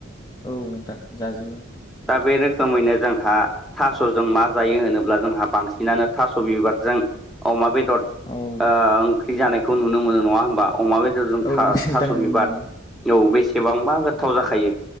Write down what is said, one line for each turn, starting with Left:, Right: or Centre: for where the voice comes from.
Left: औ नोंथां जाजोबो।
Centre: दा बे रोखोमैनो जोंहा थास'जों मा जायो होनोब्ला जोंहा बांसिनानो थास' बिबारजों अमा बेदर
Left: औ
Centre: ओंख्रि जानायखौ नुनो मोनो नङा होमबा? अमा बेदरजों
Left: औ नोंथां
Centre: थास'
Left: नुनो
Centre: बिबार।
Left: मोनो
Centre: औ बेसेबांबा गोथाव जाखायो